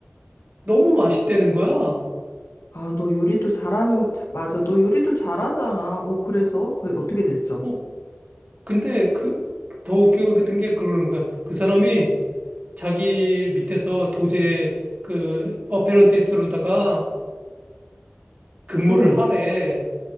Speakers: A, on the right; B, on the left.
A: 너무 맛있다는 거야.
B: 아, 너 요리도 잘하는, 자- 맞아. 너 요리도 잘하잖아. 오, 그래서? 그, 어떻게 됐어?
A: 어, 근데 그 더 웃기고 같은 게 그러는 거야. 그 사람이 자기 밑에서 도제 그 어페런티스로다가 근무를
B: 오,
A: 하래.